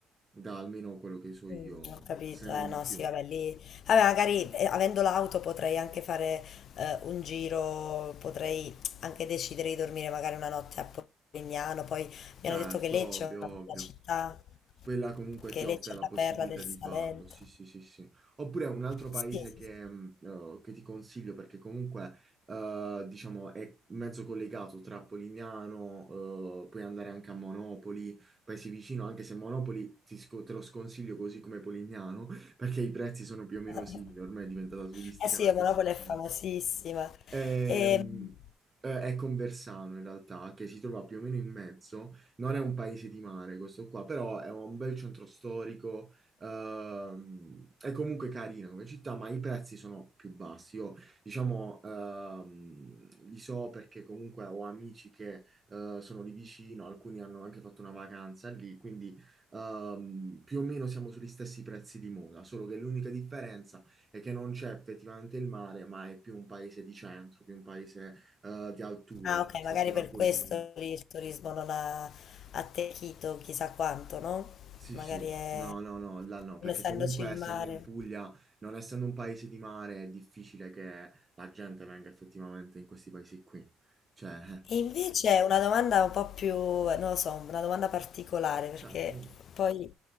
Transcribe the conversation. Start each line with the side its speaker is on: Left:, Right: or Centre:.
Right: da almeno quello che so io,
Left: Mm, ho capito,
Right: se non
Left: eh
Right: di
Left: no,
Right: più.
Left: sì, vabbè, lì, vabbè, magari eh, avendo l'auto potrei anche fare eh, un giro, potrei anche decidere di dormire magari una notte a Polignano, poi
Right: Certo,
Left: mi hanno detto che Lecce
Right: ovvio,
Left: è una
Right: ovvio.
Left: bella città,
Right: Quella comunque
Left: che
Right: ti
Left: Lecce
Right: offre
Left: è
Right: la
Left: la
Right: possibilità
Left: perla del
Right: di
Left: Salento.
Right: farlo, sì, sì, sì, sì. Oppure un altro paese
Left: Sì, sì,
Right: che,
Left: sì.
Right: mh, eh, che ti consiglio perché comunque, eh, diciamo, è mezzo collegato tra Polignano, eh, puoi andare anche a Monopoli, paesi vicino, anche se Monopoli ti sco- te lo sconsiglio così come Polignano, <laughs> perché i prezzi sono più o meno
Left: <laughs>
Right: simili, ormai è diventata turistica
Left: Eh sì,
Right: la stessa
Left: Monopoli
Right: maniera.
Left: è famosissima.
Right: Ehm,
Left: Ehm,
Right: eh, è Conversano in realtà, che si trova più o meno in mezzo, non è un paese di mare questo qua, però è un bel centro storico, ehm, è comunque carina come città, ma i prezzi sono più bassi. Io diciamo ehm, li so perché comunque ho amici che eh, sono lì vicino, alcuni hanno anche fatto una vacanza lì, quindi ehm, più o meno siamo sugli stessi prezzi di Mola, solo che l'unica differenza e che non c'è effettivamente il mare, ma è più un paese di centro, più un paese eh, di alture,
Left: ah,
Right: che
Left: ok,
Right: sta
Left: magari
Right: su una
Left: per
Right: collina.
Left: questo lì il turismo non ha attecchito chissà quanto, no?
Right: Sì,
Left: Magari
Right: sì,
Left: è,
Right: no, no, no, là no, perché
Left: non essendoci
Right: comunque
Left: il
Right: essendo
Left: mare.
Right: in Puglia, non essendo un paese di mare, è difficile che la gente venga effettivamente in questi paesi qui. Cioè, eh,
Left: E invece una domanda un po' più, non lo so, una domanda particolare, perché
Right: certo, dimmi.
Left: poi,